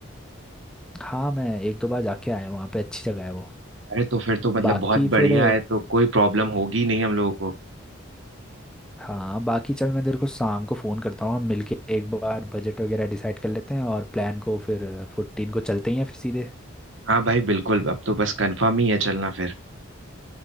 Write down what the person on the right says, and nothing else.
अरे तो फिर तो मतलब
बहुत बढ़िया
है तो कोई प्रॉब्लम होगी नहीं हम लोगों को
हाँ भाई बिल्कुल अब तो बस कंफर्म ही है चलना फिर